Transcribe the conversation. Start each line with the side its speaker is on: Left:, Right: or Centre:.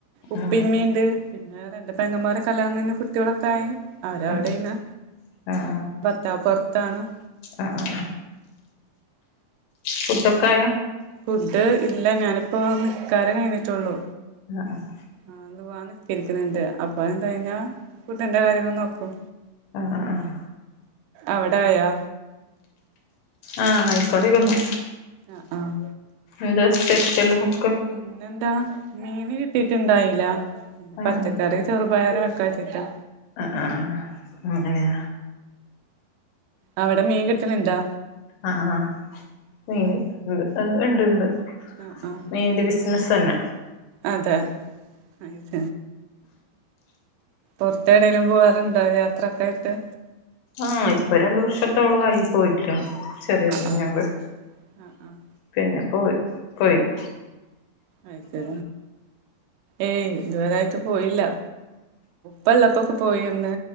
Right: ഉപ്പിമ്മിണ്ട്.
Left: ആഹ്
Right: രണ്ട് പെങ്ങന്മാരെ കല്യാണം കഴിഞ്ഞപോ കുട്ടികളൊക്കായി അവരവിടേന്ന്
Left: ആഹ് ആഹ്
Right: ഭത്താവ് പുറത്താണ്-
Left: ആഹ് ആഹ് ആഹ് ഫുഡൊക്കെ ആയോ?
Right: ഫുഡ് ഇല്ല ഞാനിപ്പോ നിക്കാരം കഴിഞ്ഞിട്ടുള്ളൂ.
Left: ആഹ് ആഹ്
Right: ആഹ് ളുഹാ നിക്കരിക്കുന്നുണ്ട്- അപ്പോൾ എന്ത കഴിഞ്ഞാൽ ഫുഡിൻ്റെ കാര്യങ്ങൾ നോക്കും.
Left: ആഹ് ആഹ് ആഹ്
Right: അവിടായാ?
Left: ആഹ് ആയിക്കൊണ്ടിരിക്കുന്നു.
Right: ആഹ് ആഹ്
Left: എന്താ സ്പെഷ്യൽ ഒക്ക്?
Right: ഇന്നെന്താ മീന് കിട്ടിയിട്ട് ഇണ്ടായില്ല
Left: ആഹ്
Right: പച്ചക്കറി
Left: ആഹ്
Right: ചെറുപയറ് വെക്കാചിട്ടാ
Left: ആഹ് ആഹ് അങ്ങനെയ-
Right: അവടെ മീൻ കിട്ടല്ണ്ടാ?
Left: ആഹ് ആഹ് മീന് ണ്ട് ഉണ്ട് ഉണ്ട്
Right: ആഹ് ആഹ്
Left: മീന്റെ വി <unintelligible>
Right: അതെ <unintelligible> എടെങ്കിലും പോകാറുണ്ടോ യാത്രൊക്കെ ആയിട്ട്?
Left: ആഹ് ഇപ്പൊ രണ്ടു വർഷത്തോളായി പോയിട്ട്. ചെറിയ
Right: ആഹ്
Left: കുഞ്ഞുണ്ട്
Right: ആഹ് ആഹ് ആഹ്
Left: പിന്നെ പോയി പോയിന്
Right: അതെ ഏയ് ഇതുവരായിട്ട് പോയില്ല- പ്പള്ളപ്പൊക്കെ പോയിന്ന്